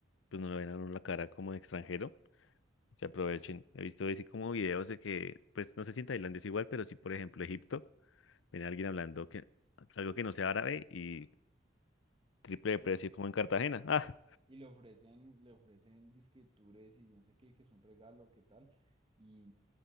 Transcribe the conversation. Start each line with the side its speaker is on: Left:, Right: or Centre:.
Left: pues no le vean a uno la cara como de extranjero. Se aprovechen. He visto así como videos de que, pues no sé si en Tailandia es igual, pero sí, por ejemplo, Egipto, ven a alguien hablando que algo que no sea árabe y triple de
Right: Y,
Left: precio como en Cartagena. <laughs> Ah,
Right: y le ofrecen, le ofrecen disque tours y yo no sé qué, que es un regalo, qué tal. Y,